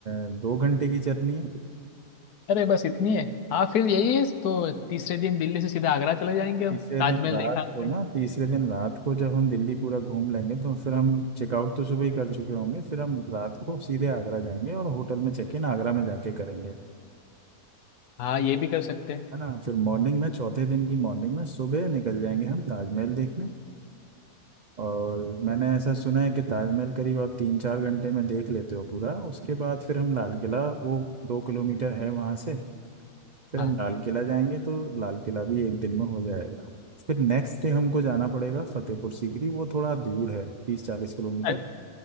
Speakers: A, on the right; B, on the left.
A: अ, दो घंटे की जर्नी है
B: अरे बस इतनी है हाँ फिर यही है तो तीसरे दिन दिल्ली से सीधा आगरा चले जाएंगे हम
A: तीसरे
B: ताजमहल
A: दिन रात
B: देखा आपने
A: को ना तीसरे दिन रात को जब हम दिल्ली पूरा घूम लेंगे तो फिर हम चेकआउट तो सुबह ही कर चुके होंगे फिर हम रात को सीधे आगरा जाएंगे और होटल में चेक इन आगरा में जाके करेंगे
B: हाँ ये भी कर सकते हैं
A: है ना फिर मॉर्निंग में चौथे दिन की मॉर्निंग में सुबह निकल जाएंगे हम ताजमहल देखने और मैंने ऐसा सुना है कि ताजमहल करीब आप तीन चार घंटे में देख लेते हो पूरा उसके बाद फिर हम लाल किला वो दो किलोमीटर है वहाँ से फिर
B: हाँ
A: हम लाल किला जाएंगे तो लाल किला भी एक दिन में हो जाएगा फिर नेक्स्ट डे हमको जाना पड़ेगा फतेहपुर सीकरी वो थोड़ा दूर है तीस चालीस किलोमीटर
B: अ-